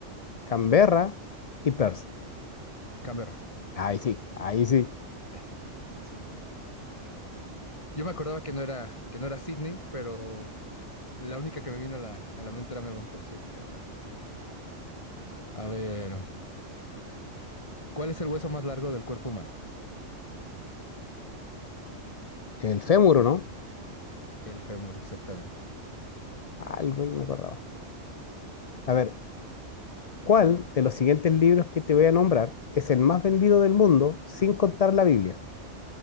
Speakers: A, on the left; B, on the left.
A: Canberra y Perth.
B: Canberra.
A: Ahí sí, ahí sí.
B: Ah, sí, sí, sí. Yo me acordaba que no era, que no era Sydney, pero la única que me vino a la, a la mente era Melbourne, pero sí es Canberra. A ver, ¿cuál es el hueso más largo del cuerpo humano?
A: El fémur, ¿o ¿no?
B: El fémur, exactamente.
A: Algo ahí me acordaba. A ver, ¿cuál de los siguientes libros que te voy a nombrar es el más vendido del mundo sin contar la Biblia?